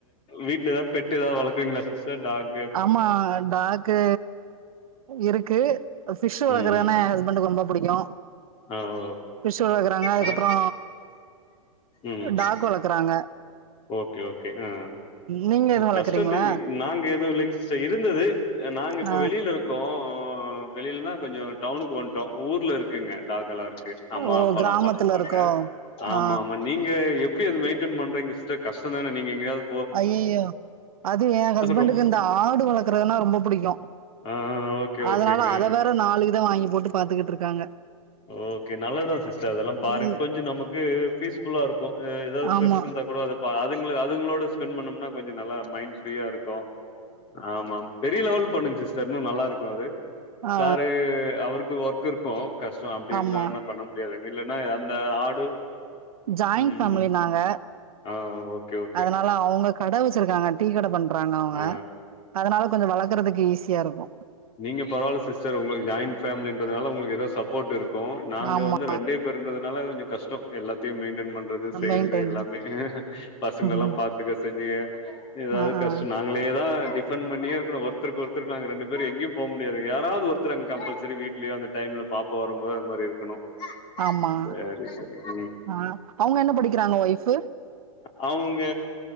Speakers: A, on the left; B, on the right.
A: வீட்ல எதா பெட்டு் ஏதாவது வளக்குறீங்களா சிஸ்டர் டாக்
B: ஆமா டாக்கு இருக்கு பிஷ் வளக்றதுனா
A: ம் ம்.
B: என் ஹஸ்பண்டுக்கு ரொம்ப புடிக்கு
A: ஆ ஓ!
B: ஃபிஷ்சு வளக்குறாங்க அதுக்கப்றோ
A: ஆனா ம்
B: டாக் வளக்குறாங்க
A: ஓகே ஓகே ஆ
B: நீங்க எதுவு வளக்குறீங்களா
A: கஷ்டோ நிவி நாங்க எதுவு இல்லிங்க சிஸ்டர் இருந்தது நாங்க இப்ப
B: ஆ
A: வெளியில இருக்கோ ஆ வெளியிலனா கொஞ்சோ டவுனுக்கு வந்துட்டோ ஊர்ல இருக்குங்க டாக்லா இருக்கு அம்மா
B: ஓ
A: அப்பாலா
B: கிராமத்துல
A: பாத்துப்பாங்க
B: இருக்கோ
A: ஆமா
B: ஆ
A: ஆமா நீங்க எப்படி அது மெயின்டென் பண்றீங்க சிஸ்டர் கஷ்டோ தானே நீங்கயாவது
B: ஐயையோ அது என ஹஸ்பண்டக்கு
A: ரொம்ப
B: இந்த ஆடு வளக்குறதுன்னா ரொம்ப புடிக்கு
A: ஆ ஓகே
B: அதுனால
A: ஓகேங்க
B: அதை வேற நாலு இத வாங்கி போட்டு பாத்துக்கிட்டு இருக்காங்க
A: ஓகே நல்லதா சிஸ்டர் அதெல்லா பாருங்க
B: ம்
A: கொஞ்சோ நமக்கு பீஸ்ஃபுல்லா இருக்கு ஏதாவது ஸ்ட்ரெஸ்
B: ஆமா
A: இருந்தா கூட அது அதுங்க அதுங்களோட ஸ்பெண்ட் பண்ணோம்னா கொஞ்சோ நல்லா மைண்ட் ஃப்ரீயா இருக்கு ஆமா பெரிய லெவல் பண்ணுங்க சிஸ்டர் இன்னு நல்லா இருக்கு அது
B: ஆ
A: சாரு அவருக்கு ஒர்க் இருக்கு கஷ்டோ அப்டி இருந்தா
B: ஆமா
A: என்னு பண்ண முடியாதுங்க இல்லைன்னா அந்த ஆடு
B: ஜாயின்
A: ம்
B: ஃபேமிலி
A: ம்
B: நாங்க
A: ஆ ஓகே ஓகே
B: அதுனால அவுங்க கட வச்சிருக்காங்க டீ கட பண்றாங்க அவுங்க
A: ஆ
B: அதுனால கொஞ்சோ வளக்கறதுக்கு ஈஸியா இருக்கு
A: நீங்க பரவாயில்ல சிஸ்டர் உங்க ஜாயிண்ட் ஃபேமிலின்றதுனால உங்களுக்கு ஏதோ சப்போர்ட் இருக்கு நாங்க
B: ஆமா
A: வந்து ரெண்டே பேருங்குறதுனால கொஞ்சௌ கஷ்டோ எல்லாத்தையு மெயின்டன் பண்றது செய்றது
B: மெயின்டெயின்
A: எல்லாமே பசங்கலலா
B: ம்
A: பாத்து செஞ்சுங்க ஏதாவது
B: ஆ
A: கஷ்டோ
B: ஆ
A: நாங்களே தா டிஃப்பன் பண்ணியே இருக்கணு ஒருத்தருக்கு ஒருத்தர் நாங்க ரெண்டு பேரு எங்கயு போ முடியாதுக யாராவது ஒருத்தர் அங்க கம்பல்சரி வீட்லயே அந்த டைம்ல பாப்பா வரும்போது அதுமாரி இருக்கணு
B: ஆமா
A: சேரி சேரி ம்
B: ஆ அவுங்க என்ன படிக்கிறாங்க ஒய்ஃபு
A: <inaudible> அவுங்க